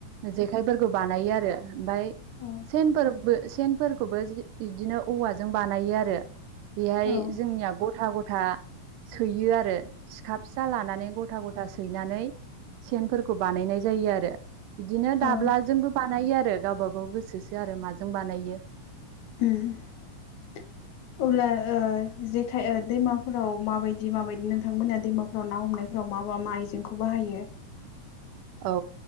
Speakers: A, on the right; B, on the left.
A: जेखाइफोरखौ बानायो आरो ओमफाय
B: औ
A: सेनफोरबो। सेनफोरखौबो इदिनो औवाजों बानायो आरो बेहाय
B: औ
A: जोंनिया गथा ग। था सैयो आरो सिखा फिसा लानानै गथा गथा सैनानै। सेनफोरखौ बानायनाय जायो आरो। बिदिनो
B: औ
A: दाब्लाजोंबो बानायो आरो गावब गाव गोसोसो आरो माजों बानायो।
B: उम्म अब्ला ओ जेखाय। दैमाफोराव माबायदि माबायदि नोंथांमोना दैमाफोराव ना हमनायफोराव मा मा मा आइजेंखौ बाहायो।
A: <inaudible> औ